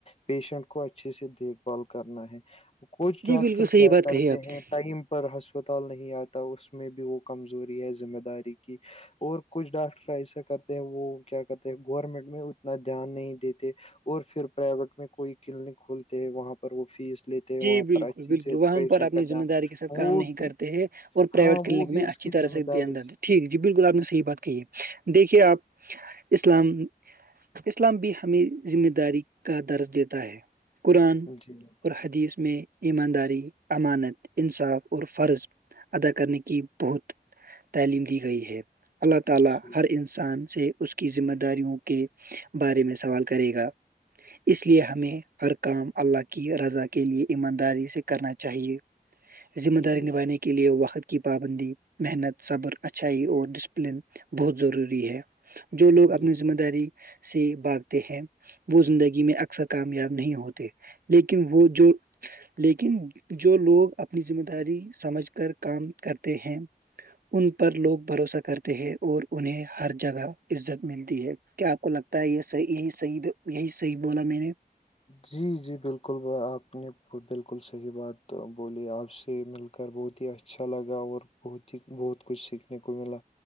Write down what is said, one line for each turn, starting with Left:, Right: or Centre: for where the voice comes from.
Left: پیشنٹ کو اچھے سے دیکھ بھال کرنا ہے کچھ ڈاکٹر
Right: جی بالکل صحیح
Left: کیا
Right: بات
Left: کرتے
Right: کہی آپ
Left: ہیں
Right: نے
Left: ٹائم پر ہسپتال نہیں آتا اس میں بھی وہ کمزوری ہے ذمہ داری کی اور کچھ ڈاکٹر ایسا کرتے ہیں وہ کیا کرتے ہیں گورنمنٹ میں اتنا دھیان نہیں دیتے اور پھر پرائیویٹ میں کوئی کلینک کھولتے ہیں وہاں پر وہ فیس لیتے ہیں
Right: جی
Left: وہاں
Right: بالکل
Left: پر اچھی
Right: بالکل
Left: سے
Right: وہاں
Left: پیشنٹ
Right: پر اپنی
Left: کا دھیان
Right: ذمہ داری کے ساتھ کام
Left: وہ
Right: نہیں
Left: بھی
Right: کرتے ہیں اور پرائیویٹ
Left: ہاں
Right: کلینک
Left: وہ بھی
Right: میں
Left: اس
Right: اچھی
Left: کی
Right: طرح
Left: ذمہ
Right: سے
Left: داری
Right: دھیان د دے ٹھیک جی بالکل آپ نے صح بات کہی ہے دیکھیے آپ اسلام اسلام بھی ہمیں ذمہ داری کا درج دیتا ہے قرآن
Left: جی بالکل
Right: اور حد یس میں ایمانداری امانت انصاف اور فرض ادا کرنے کی بہت تعلیم دی گئی ہے اللہ تعالی
Left: جی
Right: ہر انسان سے اس کی ذمہ داریوں کے بارے میں سوال کرے گا اس لیے ہمیں ہر کام اللہ کی رضا لیے ایمانداری سے کرنا چاہیے ذمہ داری
Left: جی
Right: نبھائی کے لیے وقت کی پابندی محنت صبر اچھائی اور ڈسپلن بہت ضروری ہے جو لوگ اپنی
Left: جی
Right: ذمہ داری سے بھاگتے ہیں وہ زندگی میں اکثر کامیاب نہیں ہوتے لیکن وہ جو لیکن جو لوگ اپ اپنی ذمہ داری سمجھ کر کام کرتے ہیں ان پر لوگ بھروسہ کرتے ہیں اور انہیں ہر جگہ عزت ملتی ہے کیا آپ کو لگتا ہے یہحیح یہی صحی یہی صحیح بولا میں نے <inaudible>
Left: جی جی بالکل آپ نے بالکل صحیح بات بولی آپ سے مل کر بہت ہی اچھا لگا اور بہت ہی بہت کچھ سیکھنے کو ملا